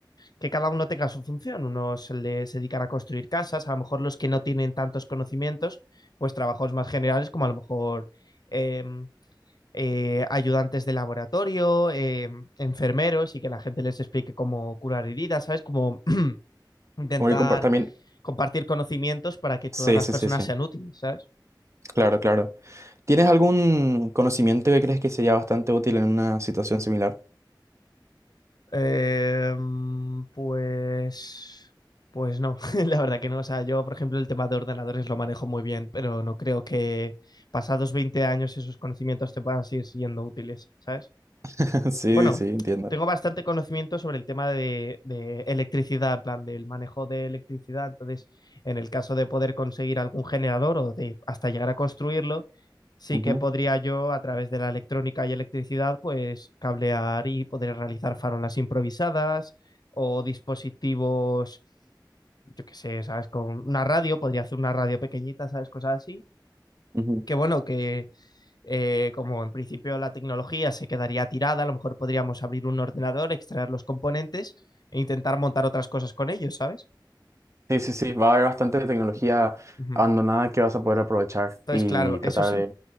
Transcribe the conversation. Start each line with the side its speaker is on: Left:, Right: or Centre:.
Left: que cada uno tenga su función. Unos les dedican a construir casas, a lo mejor los que no tienen tantos conocimientos, pues trabajos más generales como a lo mejor em, eh, ayudantes de laboratorio, em, enfermeros y que la gente les explique cómo curar heridas, ¿sabes? Como <clears throat> intentar
Right: Como ir compar- También,
Left: compartir conocimientos para que todas
Right: sí,
Left: las
Right: sí,
Left: personas
Right: sí, sí,
Left: sean útiles, ¿sabes?
Right: claro, claro. ¿Tienes algún conocimiento que crees que sería bastante útil en una situación similar?
Left: Eh, mm, pues, pues no, <laughs> la verdad que no. O sea, yo, por ejemplo, el tema de ordenadores lo manejo muy bien, pero no creo que pasados 20 años esos conocimientos te puedan seguir siendo útiles, ¿sabes?
Right: <laughs> Sí,
Left: bueno,
Right: sí, entiendo.
Left: tengo bastante conocimiento sobre el tema de, de electricidad, en plan del manejo de electricidad. Entonces, en el caso de poder conseguir algún generador o de hasta llegar a construirlo, sí
Right: Ujú,
Left: que podría yo, a través de la electrónica y electricidad, pues cablear y poder realizar farolas improvisadas o dispositivos. Yo qué sé, ¿sabes? Con una radio, podría hacer una radio pequeñita, ¿sabes? Cosas así.
Right: ujú.
Left: Que bueno, que, eh, como en principio la tecnología se quedaría tirada, a lo mejor podríamos abrir un ordenador, extraer los componentes e intentar montar otras cosas con ellos, ¿sabes?
Right: Sí, sí, sí, va a haber bastante tecnología
Left: Ujú.
Right: abandonada que vas a poder aprovechar
Left: Entonces,
Right: y
Left: claro,
Right: tratar
Left: eso sí,
Right: de